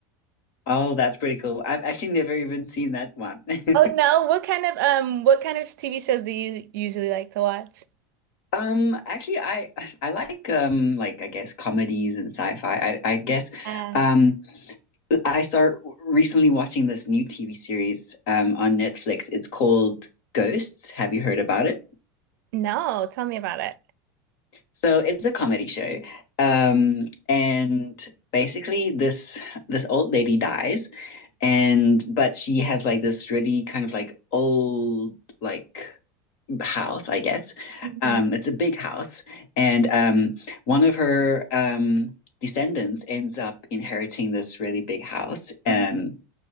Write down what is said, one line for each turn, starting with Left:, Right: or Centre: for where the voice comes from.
Left: Oh, that's pretty cool. I've actually never even seen that one. <laughs>
Right: Oh no, what kind of um what kind of TV shows do you usually like to watch?
Left: Um, actually, I I like um like I guess comedies and sci-fi. I I guess
Right: Uh,
Left: um I start recently watching this new TV series um on Netflix. It's called Ghosts. Have you heard about it?
Right: No, tell me about it.
Left: So it's a comedy show. Um, and basically this this old lady dies And but she has like this really kind of like old like house, I guess.
Right: mhm,
Left: Um, it's a big house, and um, one of her um descendants ends up inheriting this really big house. Um,
Right: mhm.